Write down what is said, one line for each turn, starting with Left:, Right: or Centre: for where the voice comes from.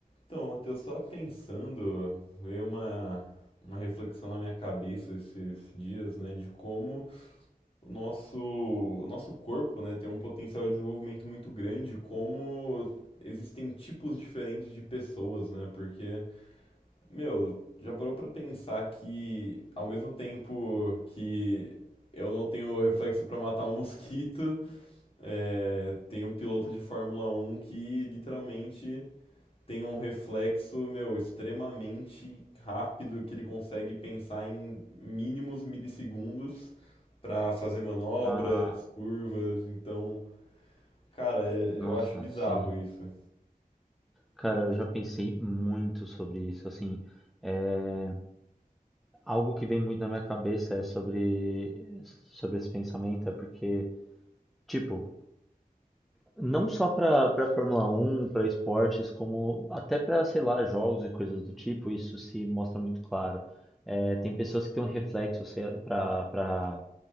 Left: Então, Matheus, estava pensando, veio uma, uma reflexão na minha cabeça esses dias, né, de como o nosso, o nosso corpo, né, tem um potencial de desenvolvimento muito grande, como existem tipos diferentes de pessoas, né, porque, meu, já parou para pensar que ao mesmo tempo que eu não tenho reflexo para matar um mosquito, <laughs> é, tem um piloto de Fórmula Um que literalmente tem um reflexo, meu, extremamente rápido que ele consegue pensar em mínimos milissegundos para fazer manobras,
Centre: Ah,
Left: curvas. Então, cara, é-
Centre: nossa,
Left: eu acho bizarro
Centre: sim.
Left: isso.
Centre: Cara, eu já pensei muito sobre isso. Assim, é... algo que vem muito na minha cabeça é sobre, sobre esse pensamento, é porque, tipo, não só pra, pra Fórmula Um, pra esportes, como até pra, sei lá, jogos e coisas do tipo, isso se mostra muito claro. É, tem pessoas que têm um reflexo, sei lá, pra, pra